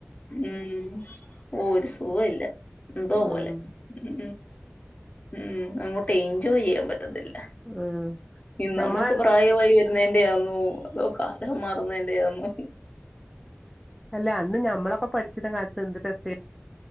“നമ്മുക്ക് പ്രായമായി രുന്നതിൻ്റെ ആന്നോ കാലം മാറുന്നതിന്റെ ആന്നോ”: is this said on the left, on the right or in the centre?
Left